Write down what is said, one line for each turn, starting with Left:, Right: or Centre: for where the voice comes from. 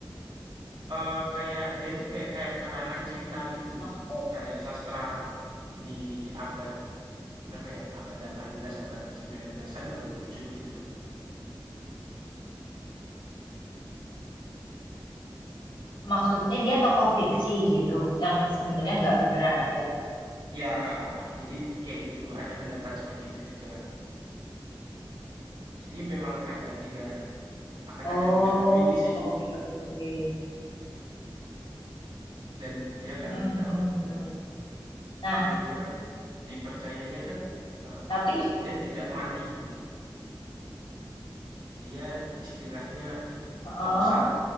Right: eee, kayak dia itu kayak kayak karangan cerita gitu,
Left: maksudnya
Right: karya sastra di abad Berapa ya, abad 18 abad sembilan belasan baru muncul gitu loh.
Left: maksudnya dia tokoh fiksi gitu yang sebenarnya nggak beneran ada.
Right: Ya, heeh, jadi kayak gitu, ada pendapat seperti itu juga. Jadi memang ada tiga akan
Left: Oh,
Right: ada 3 opini sih,
Left: oke oke oke.
Right: dan dia
Left: Mm-mm,
Right: kan kalau
Left: mm, mm. Nah,
Right: JW kan dipercayanya kan, eee,
Left: tapi
Right: dia tidak mati gitu loh. Dia istilahnya apa ya,
Left: heeh,
Right: moksa,